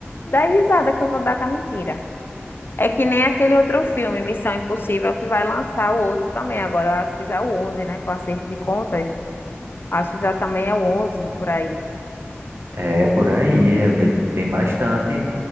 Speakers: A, on the left; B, on the right.
A: da risada que eu vou dar com a mentira. É que nem aquele outro filme, Missão Impossível, que vai lançar o outro também agora. Eu acho que já é o onze né? Com o acerto de contas, acho que já também é o 11 por aí.
B: É, por aí, é, tem bastante.